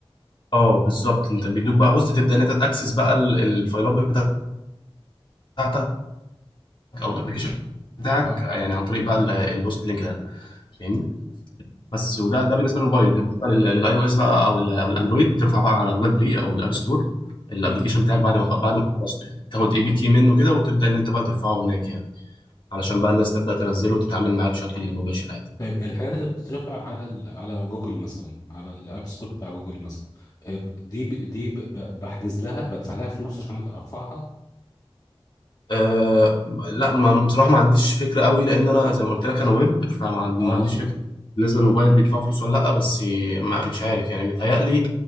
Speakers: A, on the left; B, on the left.
A: اه بالظبط انت بيدوك بقى هوست تبدأ ان انت تاكسس بقى ال- الفايلات بتاعتك او الابلكيشن بتاعك
B: اه
A: يعني عن طريق بقى ال- الهوست لينك ده فاهمني بس وده ده بالنسبه للموبايل بالنسبه للاي او اس بقى او ال او الاندرويد بترفع بقى على جوجل بلاي او الاب ستور الابلكيشن
B: امم
A: بتاعك بعد ما خ- بعد ما خلصته يعني تاخد اي بي كي منه كده وتبدا ان انت بقى ترفعه هناك يعني علشان بقى الناس تبدا تنزله وتتعامل معاه بشكل مباشر عادي
B: طيب الحاجات اللي بتترفع على ال... على جوجل مثلا على الاب ستور بتاع جوجل مثلا آه، ب- دي ب... دي ب... ب- بحجز لها بدفع لها فلوس عشان ارفعها
A: أه لا ما بصراحه ما عنديش فكره قوي لان انا زي ما قلت لك انا ويب فما عن-
B: اه
A: ما عنديش فكره بالنسبه للموبايل بيدفع فلوس ولا لا بس ما مش عارف يعني متهيألي